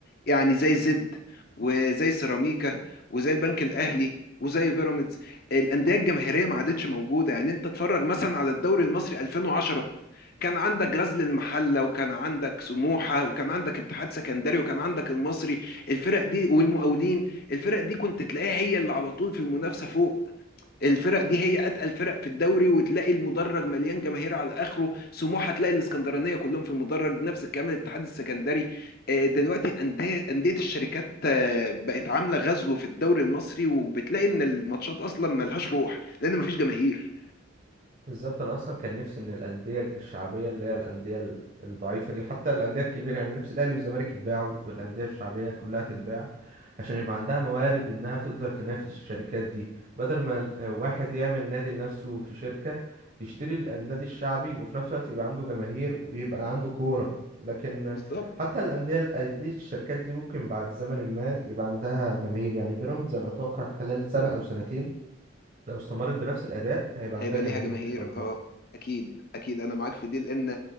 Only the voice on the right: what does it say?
بالظبط انا اصلا كان نفسي ان الانديه الشعبيه اللي هي الانديه ال- الضعيفه دي حتى الانديه الكبيره يعني نفسي الاهلي والزمالك يتباعوا والانديه الشعبيه كلها تتباع عشان يبقى عندها موارد انها تقدر تنافس الشركات دي بدل ما ال- واحد يعمل نادي لنفسه في شركه يشتري ال- النادي الشعبي وفي نفس الوقت يبقى عنده جماهير ويبقى عنده كوره لكن
حتى الانديه ال- أندية الشركات دي ممكن بعد زمن ما يبقى عندها جماهير يعني بيراميدز انا اتوقع خلال سنه او سنتين لو استمرت بنفس الاداء هيبقى
عندها جماهير
ان شاء الله